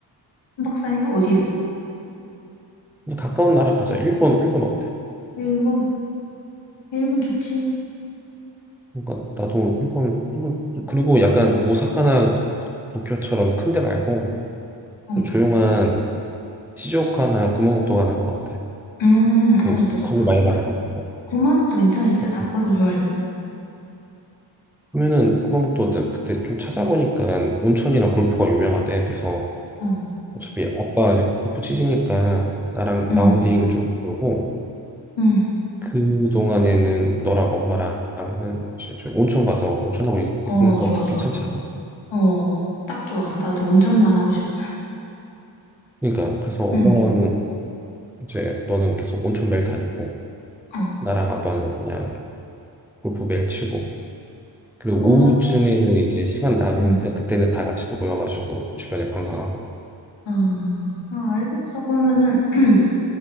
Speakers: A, on the left (about 75°); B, in the centre.
A: 삼박 사일 어디로?
B: 그냥 가까운 나라 가자. 일본 일본 어때?
A: 일본? 일본 좋지?
B: 그러니까 나도 일본 일본 그리고 약간 오사카나 도쿄처럼 큰데 말고
A: 어.
B: 좀 조용한 시즈오카나 구마모토 가는 거 어때?
A: 음,
B: 좀
A: 어, 좋다, 좋다.
B: 거기 많이 가더라고.
A: 구마모토 괜찮을 듯?
B: 어,
A: 아빠도 좋아할 듯?
B: 그러면은 구마모토 어때? 그때 좀 찾아보니까 온천이랑 골프가 유명하대. 그래서
A: 어.
B: 어차피 아빠 이제 골프 치시니까 나랑
A: 음,
B: 라운딩 좀 돌고
A: 음.
B: 그동안에는 너랑 엄마랑은 이제 저희 온천 가서 온천하고 있는
A: 어, 좋아,
B: 거 좀
A: 좋아.
B: 괜찮지 않아?
A: 어, 딱 좋아. 나도 온천만 하고 싶어.
B: 그러니까 그래서 엄마랑
A: 음,
B: 이제 너는 계속 온천 매일 다니고
A: 어.
B: 나랑 아빠는 그냥 골프 매일 치고 그리고
A: 그거,
B: 오후쯤에는 이제 시간 남으니까
A: 음.
B: 그때는 다 같이 모여가지고 주변에 관광하고
A: 아, 아, 알겠어. 그러면은, <clears throat>